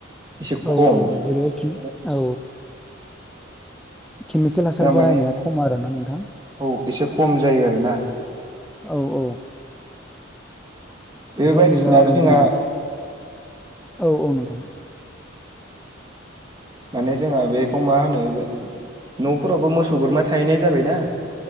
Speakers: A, on the right; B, in the centre.
A: एसे खम
B: औ औ जेरै
A: माने।
B: औ केमिकेल
A: जोंहा
B: हासार बाहायनाया
A: माने
B: खम आरोना नोंथां।
A: औ एसे खम जायो। आरो ना।
B: औ औ।
A: बे
B: जायनि
A: बायदिसिना
B: जाहोनाव
A: आरो जोंहा।
B: जोंना औ औ नोंथां।
A: माने जोंहा बेखौ मा होनो ओजों न'फोरावबो मोसौ बोरमा थाहैनाय जाबाय ना।